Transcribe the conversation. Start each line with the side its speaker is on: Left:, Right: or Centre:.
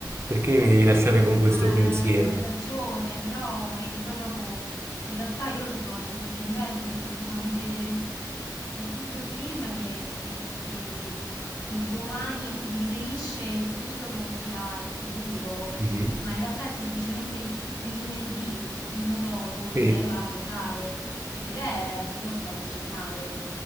Right: perché mi devi lasciare con questo
Left: Ma
Right: pensiero?
Left: eh, hai ragione, però vedi, poi dopo in realtà io l'ho trovato sorprendente perché ti fanno credere per tutto il film che, eh, che- che il domani a cui si riferisce il titolo sia il futuro,
Right: Mhm.
Left: ma in realtà è semplicemente il lunedì, il giorno dopo in cui
Right: Sì,
Left: lei va a votare ed è, io l'ho trovato geniale.